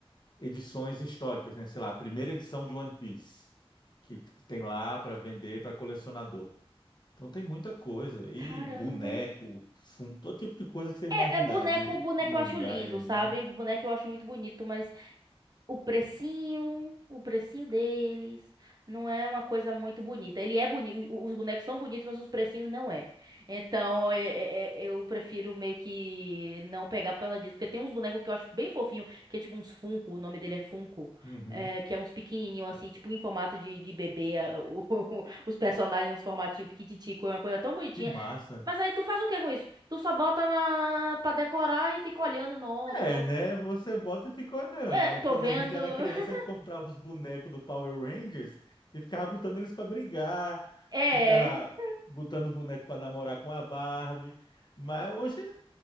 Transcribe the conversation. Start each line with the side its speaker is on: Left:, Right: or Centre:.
Left: edições históricas, né? Sei lá, a primeira edição de One Piece, que t- tem lá para vender para colecionador. Então tem muita coisa. E
Right: Caramba!
Left: boneco, fundo, todo tipo de coisa que você imaginar
Right: É, é boneco,
Left: de
Right: boneco
Left: mangá
Right: eu acho lindo,
Left: e anime.
Right: sabe? Boneco eu acho muito bonito, mas O precinho, o precinho deles, não é uma coisa muito bonita. Ele é bonito, os bonecos são bonitos, mas os precinhos não é. Então, é- é- é- eu prefiro meio que não pegar por causa disso, porque tem uns bonecos que eu acho bem fofinho, que é tipo uns Funko, o nome dele é Funko,
Left: Uhum.
Right: é, que é uns pequenininho assim, tipo em formato de, de bebê, a- o- <laughs> os personagens uns formatinho piquititico, é uma coisa tão bonitinha.
Left: Que massa.
Right: Mas aí tu faz o que com isso? Tu só bota na para decorar e fica olhando, nossa,
Left: É,
Right: tô,
Left: né? Você volta e fica olhando.
Right: é, tô
Left: Quando
Right: vendo.
Left: a gente era
Right: <laughs>
Left: criança, a gente comprava os bonecos do Power Rangers e ficava botando eles para brigar,
Right: É.
Left: ficava botando o boneco para namorar com a Barbie. Mas hoje,